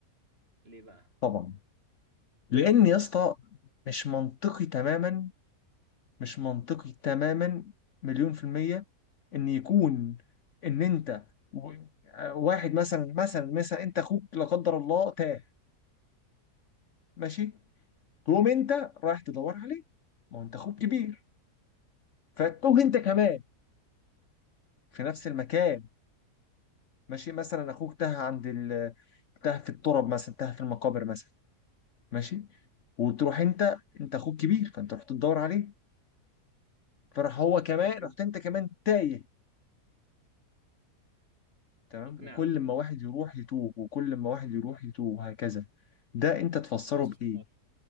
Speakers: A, on the right (about 40°); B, on the left (about 55°).
A: ليه بقى
B: طبعا لان يا اسطى مش منطقي تماما مش منطقي تماما مليون في المية ان يكون ان انت و- آه، واحد مثلا مثلا مثلا انت اخوك لا قدر الله تاه ماشي تقوم انت رايح تدور عليه ما هو انت اخوك كبير فتوه انت كمان في نفس المكان ماشي مثلا اخوك تاه عند ال... تاه في التراب مثلا تاه في المقابر مثلا ماشي وتروح انت انت اخوك كبير فانت رحت تدور عليه فراح هو كمان
A: طب بص
B: رحت انت كمان تايه تمام
A: اقنعه
B: وكل ما واحد يروح يتوه وكل ما واحد يروح يتوه وهكذا ده انت تفسره
A: بص
B: بايه